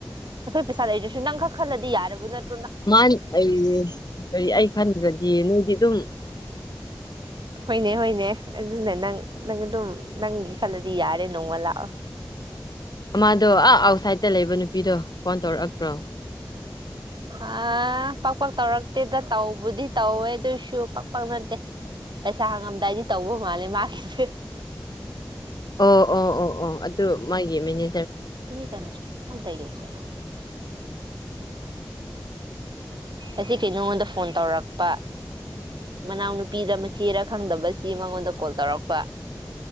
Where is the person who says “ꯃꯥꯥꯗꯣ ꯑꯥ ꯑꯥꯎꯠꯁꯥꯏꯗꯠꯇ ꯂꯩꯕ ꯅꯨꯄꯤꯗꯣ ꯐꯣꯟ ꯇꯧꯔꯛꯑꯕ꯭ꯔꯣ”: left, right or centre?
Left